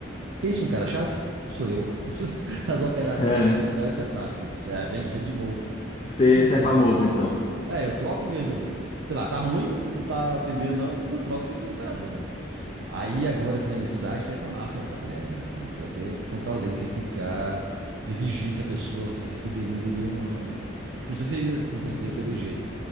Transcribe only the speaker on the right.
Pensa um cara chato? Sou eu. <laughs> As operadoras
aqui da minha
cidade já sabem, já vem ele de novo.
Porque, tipo
assim,
é, eu troco mesmo ali. Sei lá, tá ruim, não tá atendendo não, eu troco de de operadora. Aí agora aqui na minha cidade tá essa máfia agora, né? Assim, que é até contra a lei você ficar exigindo que a pessoa se fidelize ali um ano. Não sei se aí com
você foi de jeito.